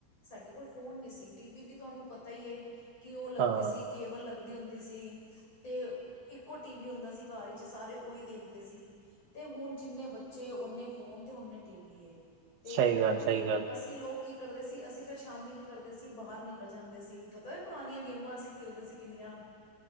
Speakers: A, on the left; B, on the right.
A: ਸਾਡੇ ਕੋਲ ਫੋਨ ਨੀ ਸੀ ਟੀ ਵੀ ਵੀ ਤੁਹਾਨੂੰ ਪਤਾ ਹੀ ਹੈ ਕਿ ਉਹ ਲੱਗਦੀ
B: ਹਾਂ
A: ਸੀ ਕੇਵਲ ਲੱਗਦਾ ਹੁੰਦੀ ਸੀ ਤੇ ਇੱਕੋ ਟੀ ਵੀ ਹੁੰਦਾ ਸੀ ਕਾਰ ਵਿੱਚ ਸਾਰੇ ਉਹੀ ਦੇਖਦੇ ਸੀ ਤੇ ਹੁਣ ਜਿੰਨੇ ਬੱਚੇ ਓਨੇ ਫੋਨ ਤੇ ਓਨੇ ਟੀ ਵੀ ਏ ਤੇ
B: ਸਹੀ ਗੱਲ,
A: ਉਹੀ
B: ਸਹੀ ਗੱਲ।
A: ਅਸੀਂ ਲੋਕ ਕੀ ਕਰਦੇ ਸੀ ਅਸੀਂ ਫਿਰ ਸ਼ਾਮੀ ਕੀ ਕਰਦੇ ਸੀ ਬਾਹਰ ਨਿਕਲ ਜਾਂਦੇ ਸੀ ਪਤਾ ਪੁਰਾਣੀਆਂ ਗੇਮਾਂ ਅਸੀਂ ਖੇਲਦੇ ਸੀ ਕਿੰਨੀਆਂ।